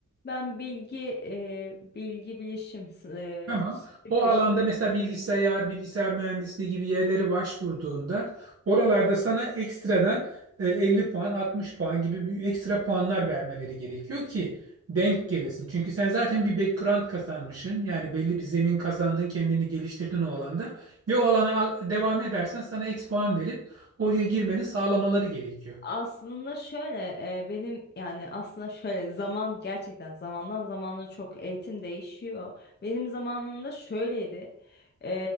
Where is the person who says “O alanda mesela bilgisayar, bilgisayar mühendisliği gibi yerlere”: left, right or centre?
Right